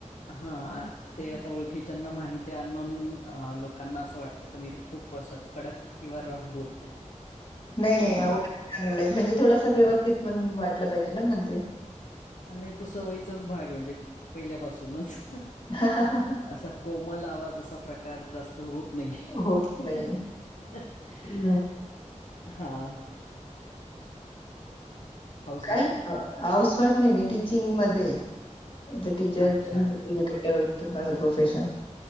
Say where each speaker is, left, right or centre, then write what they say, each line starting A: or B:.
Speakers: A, on the left; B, on the left.
A: हं आ. ते आता ओळखीच्याना माहितीय. अननोन अ लोकांना असं वाटतं, क मी र खूप वस कडक किंवा रफ बोलते.
B: नाही - नाही अव चांगलंय. म्हणजे थोडासा व्यवस्थित पण वाटलं पाहिजे ना म्हणते.
A: नाही तो सवयीचाच भागय. म्हणजे पहिल्यापासूनच.
B: ह ह ह ह.
A: असा कोमल आवाज असा प्रकार जास्त तर होत नाही.
B: होत
A: <unintelligible>
B: नाही. हं,
A: हा. हाऊसवाईफ?
B: काय? हाऊसवाईफ नाही मी टिचींगमध्येय टीचर
A: अच्छा.
B: एज्युकेटेड होत माझ प्रोफेशन.